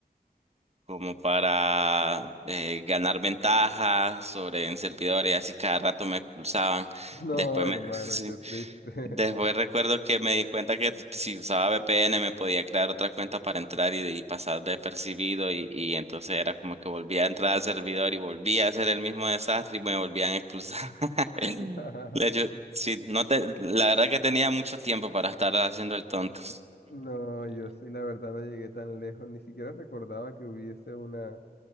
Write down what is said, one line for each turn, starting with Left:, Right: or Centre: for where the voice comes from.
Right: como para eh, ganar ventajas sobre en servidores, así cada rato me expulsaban.
Left: No,
Right: Después
Left: hermano,
Right: me, <laughs>
Left: qué triste.
Right: Después recuerdo que me di cuenta que si usaba VPN me podía crear otra cuenta para entrar y, y pasar despercibido y, y entonces era como que volvía a entrar al servidor y volvía a hacer el mismo desastre y me volvían a expulsar. <laughs>
Left: <laughs>
Right: Le- yo- sí, no te, la verdad que tenía mucho tiempo para estar haciendo el tonto.
Left: No, yo sí, la verdad no llegué tan lejos, ni siquiera recordaba que hubiese una,